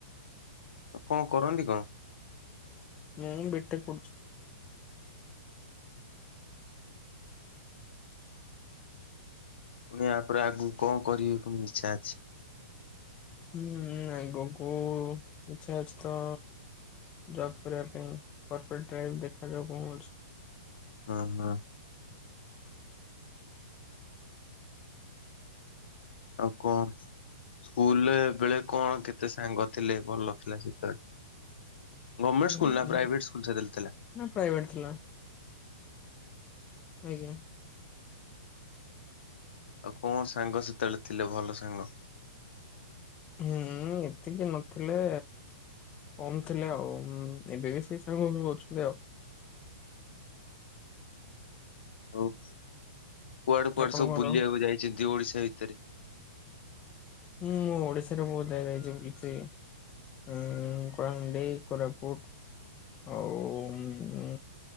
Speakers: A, on the left; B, on the left.
A: ଆଉ କଣ କରନ୍ତି କଣ?
B: ମୁଁ ବିଟେକ୍ ପଢ଼ୁଛି।
A: ପୁଣି ଇଆପରେ ଆଗକୁ କଣ କରିବେ ପୁଣି ଇଚ୍ଛା ଅଛି?
B: ହୁଁ ଆଗକୁ ଇଚ୍ଛା ଅଛି ତ ଜବ୍ କରିବା ପାଇଁ କର୍ପୋରେଟ୍ ଡ୍ରାଇଭ୍ ଦେଖାଯାଉକଣ ହଉଛି।
A: ଓ ହୋ। ଆଉ କଣ ସ୍କୁଲ୍ ରେ ବେଳେ କଣ କେତେ ସାଙ୍ଗ ଥିଲେ ଭଲ ଥିଲା ସେତେବେଳେ? ଗମେଣ୍ଟ୍
B: ହୁଁ
A: ସ୍କୁଲ୍ ନା ପ୍ରାଇଭେଟ୍ ସ୍କୁଲ୍ <unintelligible> ପ୍ରାଇଭେଟ୍।
B: ନା ପ୍ରାଇଭେଟ୍ ଥିଲା ଆଜ୍ଞା।
A: ଆଉ କଣ ସାଙ୍ଗ ସେତେବେଳେ ଥିଲେ ଭଲ ସାଙ୍ଗ?
B: ହୁଁ ଏତିକି ନଥିଲେ କମ୍ ଥିଲେ ଆଉ ଏବେ ବି ସେଇ ସାଙ୍ଗ ଅଛନ୍ତି ଆଉ।
A: ହଉ କୁଆଡ଼େ କୁଆଡ଼େ
B: ଆପଣଙ୍କର?
A: ସବୁ ବୁଲିବାକୁ ଯାଇଛନ୍ତି ଓଡ଼ିଶା ଭିତରେ?
B: ହୁଁ ମୁଁ ଓଡ଼ିଶାରେ ବହୁତ୍ ଜାଗା ଯାଇଛି ବୁଲିଚି। ଉଁ କଳାହାଣ୍ଡି, କୋରାପୁଟ ଆଉ